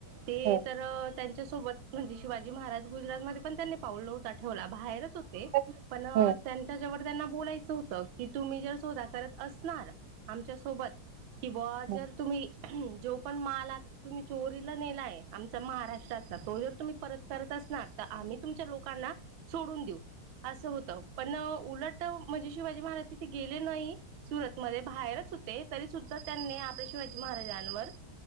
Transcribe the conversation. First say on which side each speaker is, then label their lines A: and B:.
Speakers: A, on the right; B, on the right.
A: ते
B: हं,
A: तर.. त्यांच्यासोबत म्हणजे शिवाजी महाराज गुजरातमध्येध्ये पण त्यांनी पावलं होता ठेवला बाहेरच..
B: हं,
A: पणच्या जेव.. त्यांना बोलायचं होत की तुम्ही जर सोधा करत असणार आमच्या सोबत.. कि बा
B: हं,
A: जर तुम्ही जो पण माला तुम्ही चोरीला नेलाय.. आमचा महाराष्ट्रातला तो जर तुम्ही परत करत असणार तर आम्ही तुमच्या लोकांना सोडून देऊ. असं होतं पण उलट म्हणजे शिवाजी महाराज तिथे गेले नाही सुरतमध्ये बाहेरच.. हो तरी सुद्धा त्यांनी आपल्या शिवाजी महाराजांवर